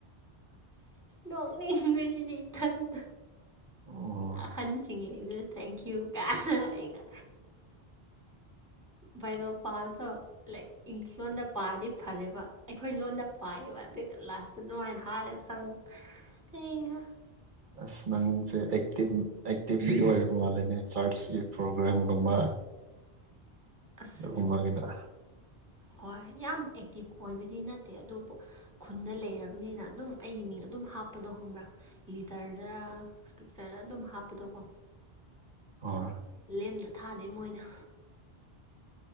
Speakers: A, on the right; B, on the right.
A: ꯅꯣꯛꯅꯤꯡꯉꯤꯅꯤ ꯏꯊꯟꯇ꯫
B: ꯑꯣ ꯍꯣꯏ
A: ꯑꯍꯟꯁꯤꯡ ꯂꯩꯕꯗ ꯊꯦꯡꯀ꯭ꯌꯨ ꯀꯥꯏ ꯑꯩꯅ꯫ ꯚꯏꯕꯜ ꯄꯥꯕꯗꯣ ꯂꯥꯏꯛ ꯏꯪꯂꯤꯁ ꯂꯣꯟꯗ ꯄꯥꯔꯗꯤ ꯐꯔꯦꯕ꯫ ꯑꯈꯣꯏ ꯂꯣꯟꯗ ꯄꯥꯏꯑꯌꯦꯕ ꯑꯗꯨꯒ ꯂꯥꯁꯇ ꯑꯗꯨꯃꯥꯏꯅ ꯍꯥꯏꯔ ꯆꯪꯕ ꯍꯩ ꯍꯥ꯫
B: ꯑꯁ ꯅꯪꯁꯦ ꯑꯦꯛꯇꯤꯚ ꯑꯦꯛꯇꯤꯚꯂꯤ ꯑꯣꯏꯕ ꯃꯥꯂꯦꯅꯦ ꯆꯔꯁꯀꯤ ꯄ꯭ꯔꯣꯒ꯭ꯔꯥꯝꯒꯨꯝꯕ꯫
A: ꯑꯁ
B: ꯑꯗꯨꯒꯨꯝꯕꯒꯤꯗ
A: ꯍꯣꯏ ꯌꯥꯝ ꯑꯦꯛꯇꯤꯞ ꯑꯣꯏꯕꯗꯤ ꯅꯠꯇꯦ ꯑꯗꯨꯕꯨ꯫ ꯈꯨꯟꯗ ꯂꯩꯔꯕꯅꯤꯅ ꯑꯗꯨꯝ ꯑꯩꯒꯤ ꯃꯤꯡ ꯑꯗꯨꯝ ꯍꯥꯞꯄꯗꯣ ꯈꯪꯕ꯭ꯔꯥ꯫ ꯂꯤꯗꯔꯅꯔ ꯏꯁꯀ꯭ꯔꯤꯞꯆꯔꯅ ꯑꯗꯨꯝ ꯍꯥꯞꯄꯗꯣꯀꯣ꯫
B: ꯑꯣ꯫
A: ꯂꯦꯝꯅ ꯊꯥꯗꯦ ꯃꯣꯏꯅ꯫